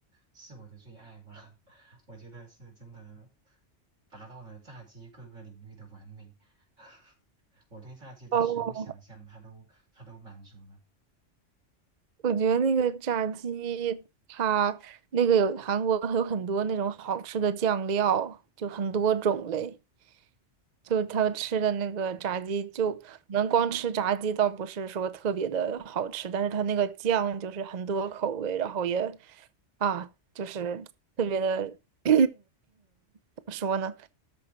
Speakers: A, on the right; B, on the right.
A: 是我的最爱吧，<laughs> 我觉得是真的达到了炸鸡各个领域的完美，<laughs> 我对炸鸡的所有想象它都它都满足了。
B: 哦，我觉得那个炸鸡，它那个有韩国有很多那种好吃的酱料，就很多种类。就他们吃的那个炸鸡，就可能光吃炸鸡倒不是说特别的好吃，
A: 嗯，
B: 但是他那个酱就是很多口味，然后也啊，就是特别的 <clears throat> 怎么说呢，